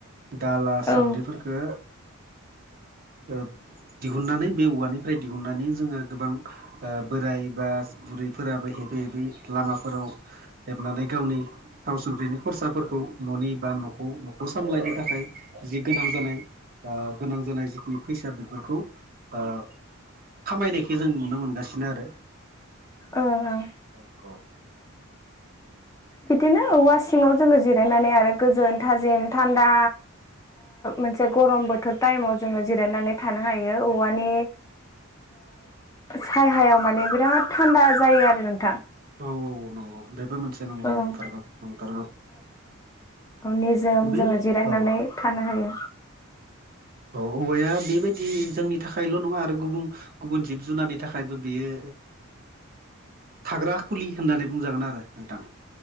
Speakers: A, on the right; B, on the left.
A: दाला
B: औ
A: सान्द्रिफोरखौ
B: ओं
A: ओ दिहुननानै बे औवानि राय दिहुननानै जोङो गोबां बोराय बा बुरैफोराबो हेबो हेबोै लामाफोराव हेबनानै गावनि थाव संख्रिनि खरसाफोरखौ न'नि बा न' न'खौ सामलायनो थाखाय जि गोनां जानाय बा गोनां जानाय जिखिनि फैसा बेफोरखौ ओ खामायनायखौ जों नुनो मोनगासिनो आरो।
B: अ औ।
A: औ औ।
B: बिदिनो औवा सिङाव जोङो जिरायनानै आरो गोजोन थाजिम थान्दा मोनसे गरम बोथोर टाइमाव जोङो जिरायनानै थानो हायो औवानि सायहायाव माने बिराद थान्दा जायो आरो नोंथां।
A: औ औ नंगौ बेबो मोनसे नंगौ
B: ओं
A: नंथारगौ नंथारगौ।
B: औ निजोम
A: बे
B: जोङो जिरायनानै
A: औ
B: थानो हायो।
A: औ औवाया बेबायदि जोंनि थाखायल' नङा आरो गुबुन गुबुन जिब जुनारनि थाखायबो बियो थाग्रा खुलि होननानै बुंजागोन आरो नोंथां